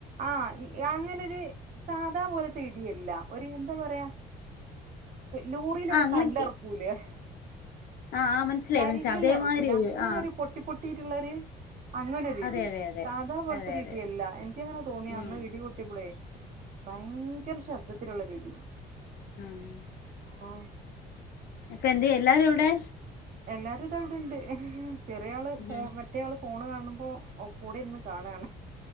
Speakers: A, on the right; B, on the left.
A: ആഹ് അങ്ങനൊര് സാധപോലെത്തെ ഇടി അല്ല ഒര് എന്താ പറയ്അ ലോറിലൊക്കെ
B: ആഹ് അങ്ങനെയൊക്കെ
A: കല്ലെറ്ക്കൂലെ ഹ്
B: ആഹ് ആഹ് മനസ്സിലായി
A: കരിങ്കല്ലെർക്കൂലെ
B: മനസ്സിലായി അതേമാതിരി
A: അങ്ങനെര്
B: ആഹ്
A: പൊട്ടി പൊട്ടി റ്റ് ള്ളൊര് അങ്ങനൊര്ടി
B: അതെ അതെ അതെ
A: സാധാപോലത്തൊര്ടി
B: അതെ അതെ
A: അല്ല ഇക്കങ്ങനെ തോന്നി
B: ഉം
A: അന്ന് ഇടി പൊട്ട്യേപ്പോ പ്ളേ ഭയങ്കര ശബ്ദതില് ള്ളൊര് ടി
B: മ്
A: ആഹ്
B: ഒക്കെന്ത്യേ എല്ലാരും എവിടെ
A: എല്ലാരുതാവ്ടണ്ട് ചെറിയാല്
B: ഉം
A: ഫോൺ മറ്റേ ആള് ഫോണ് കാണ് മ്പോ ഒപ് കൂടെര്ന്ന് കാണാണ്